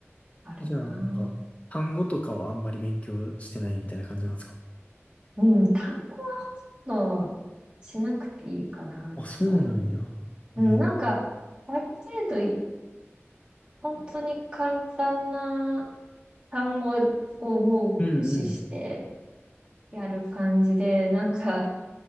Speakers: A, on the right (about 20°); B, on the left (about 30°).
A: あるな。
B: じゃあ、なんか、単語とかはあんまり勉強してないみたいな感じなんですか
A: うん、単語などしなくていいかなと。
B: あ、そうなんや。
A: うん、
B: ええ
A: なんか、ある程度本当に簡単な単語をもう駆使して
B: うんうん。
A: やる感じで、なんか